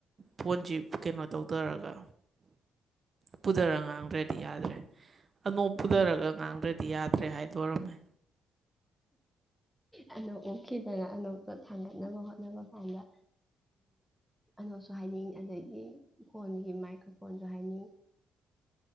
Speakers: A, on the right (about 40°); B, in the centre.
A: ꯐꯣꯟꯁꯤ ꯀꯩꯅꯣ ꯇꯧꯊꯔꯒ ꯄꯨꯊꯔ ꯉꯥꯡꯗ꯭ꯔꯗꯤ ꯌꯥꯗ꯭ꯔꯦ ꯑꯅꯣꯞ ꯄꯨꯊꯔꯒ
B: ꯎꯝ
A: ꯉꯥꯡꯗ꯭ꯔꯗꯤ ꯌꯥꯗ꯭ꯔꯦ ꯍꯥꯏꯗꯣꯔꯝꯃꯦ
B: ꯑꯅꯣꯞ ꯎꯞꯈꯤꯗꯅ ꯑꯅꯣꯞꯇꯣ ꯊꯥꯡꯒꯠꯅꯕ ꯍꯣꯠꯅꯕ ꯀꯥꯟꯗ ꯑꯅꯣꯞꯁꯨ ꯍꯥꯏꯅꯤꯡ ꯑꯗꯩꯗꯤ ꯐꯣꯟꯒꯤ ꯃꯥꯏꯀ꯭ꯔꯣꯐꯣꯟꯁꯨ ꯍꯥꯏꯅꯩ